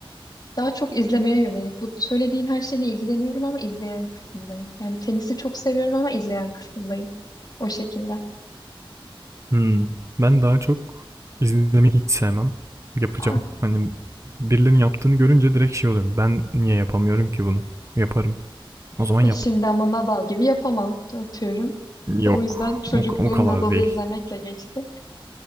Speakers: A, on the left; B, on the right.
A: daha çok izlemeye yönelik. Bu söylediğin her şeyle ilgileniyorum ama izleyen kısımdayım. Yani tenisi çok seviyorum ama izleyen kısımdayım. O şekilde.
B: Hımm. Ben daha çok izlemeyi hiç sevmem. Yapacağım.
A: Ah,
B: Hani birilerinin yaptığını görünce direkt şey oluyorum. Ben niye yapamıyorum ki bunu? Yaparım. O zaman yap.
A: e şimdi ama Nadal gibi yapamam atıyorum.
B: Yok.
A: O yüzden çocukluğum
B: O, o kadar
A: Nadal'ı
B: değil.
A: izlemekle geçti.